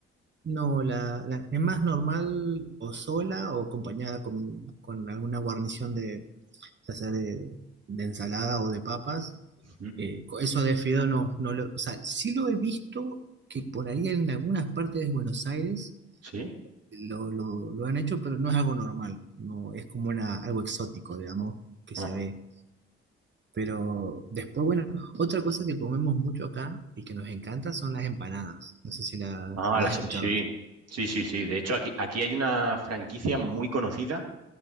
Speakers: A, on the right; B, on the right.
A: no, la, la- es más normal o sola o acompañada con, con alguna guarnición de, ya sea de, de ensalada o de papas.
B: Ujú.
A: Eh, co- eso de fideo no, no lo, o sea, sí lo he visto que por ahí en algunas partes de Buenos Aires
B: ¿Sí?
A: lo, lo, lo han hecho, pero no es algo normal, no, es como una, algo exótico, digamos, que
B: Ah,
A: se ve. Pero después, bueno, otra cosa que comemos mucho acá y que nos encanta son las empanadas. No sé si las,
B: Ah,
A: las
B: la,
A: has
B: se-
A: escuchado.
B: sí. Sí, sí, sí. De hecho, aquí, aquí hay una franquicia muy conocida